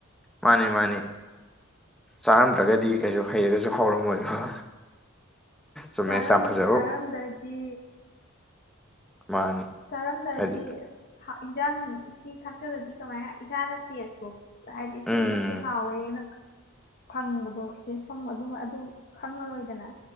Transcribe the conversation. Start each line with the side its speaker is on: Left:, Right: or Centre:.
Centre: ꯃꯥꯅꯤ ꯃꯥꯅꯤ ꯆꯥꯔꯝꯗ꯭ꯔꯒꯗꯤ ꯀꯩꯁꯨ ꯍꯩꯔꯒꯁꯨ ꯍꯥꯎꯔꯝꯃꯣꯏꯕ ꯆꯨꯝꯃꯦꯁ
Left: ꯆꯥꯔꯝ
Centre: ꯌꯥꯝ ꯐꯖꯕ
Left: ꯆꯥꯔꯝꯗ꯭ꯔꯗꯤ
Centre: ꯃꯥꯅꯤ
Left: ꯆꯥꯔꯝꯗ꯭ꯔꯗꯤ
Centre: ꯍꯥꯏꯗꯤ
Left: ꯏꯟꯖꯥꯡ ꯁꯤ ꯊꯥꯛꯆꯜꯂꯗꯤ ꯀꯃꯥꯏꯅ ꯏꯁꯥꯅ ꯇꯦꯁꯇꯣ ꯍꯥꯏꯗꯤ
Centre: ꯎꯝ
Left: ꯁꯤ ꯃꯛꯁꯦ ꯍꯥꯎꯋꯦꯅ ꯐꯪꯕꯗꯣ ꯇꯦꯁ ꯐꯪꯕ ꯑꯗꯨ ꯑꯗꯨ ꯈꯪꯉꯔꯣꯏꯗꯅ